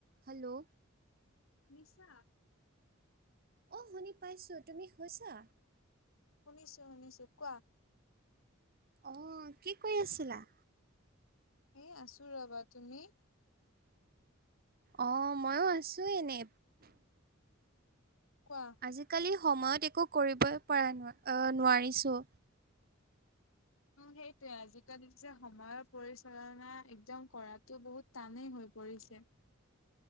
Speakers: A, on the right (about 45°); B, on the left (about 80°).
A: Hello,
B: শুনিছা?
A: অ', শুনি পাইছো তুমি শুইছা?
B: শুনিছো -শুনিছো কোৱা?
A: অ', কি কৰি আছিলা?
B: এ আছোঁ ৰবা তুমি?
A: অ', ময়ো আছো এনে।
B: কোৱা?
A: আজিকালি সময়ত একো কৰিবই পৰা না অ, নোৱাৰিছোঁ।
B: উম, সেইটোৱে আজিকালি যে সময়ৰ পৰিচালনা একদম কৰাতো বহুত টানে হৈ পৰিছে।